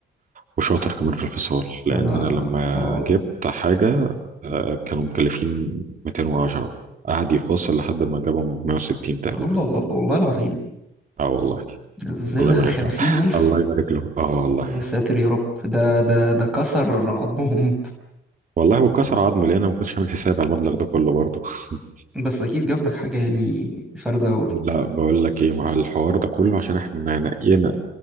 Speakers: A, on the right (about 40°); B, in the centre.
A: وشاطر كمان في الفصال لان
B: انا
A: انا لما
B: اه
A: جبت حاجه آه كانوا مكلفين 210 قعد يفاصل لحد ما جابهم 160 تقريبا
B: الله الله الله والله العظيم
A: اه والله
B: نزلها
A: الله يبارك
B: خمسين
A: له
B: ألف
A: الله يبارك له اه والله
B: يا ساتر يا رب ده ده ده كسر عظمهم
A: والله وكسر عظمي لان انا ما كنتش عامل حساب على المبلغ ده كله برضه <laughs>
B: بس أكيد جاب لك حاجة يعني فرزة أول
A: لا بقول لك ايه ما هو الحوار ده كله عشان احنا نقينا